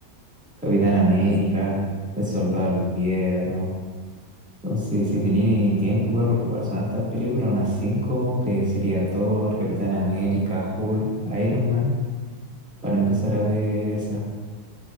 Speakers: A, in the centre; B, on the right.
A: Capitán América,
B: Ahí está, weón.
A: El Soldado del Invierno. Entonces, si tenéis tiempo igual, porque igual son hartas películas, unas 5 que sería Thor, Capitán América, Hulk, Iron Man. para empezar a ver esa.